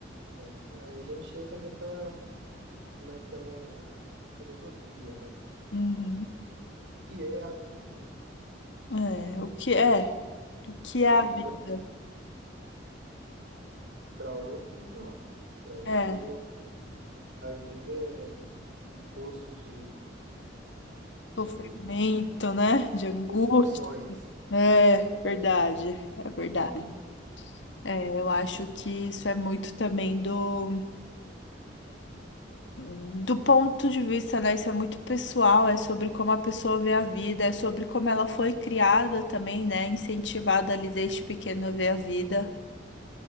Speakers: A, on the right; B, on the left.
A: É, aí a gente entra naquela, naquela filosofia, né?
B: Uhum.
A: Que é a vida.
B: É, o que é? O que é
A: A
B: a
A: vida
B: vida?
A: para outros não. Para outros
B: É.
A: eles não. A vida é um poço de,
B: Sofrimento,
A: de
B: né? De angústia.
A: decepções,
B: É verdade, é verdade.
A: né?
B: É, eu acho que isso é muito também do, do ponto de vista, né? Isso é muito pessoal, é sobre como a pessoa vê a vida, é sobre como ela foi criada também, né? Incentivada ali desde pequena a ver a vida.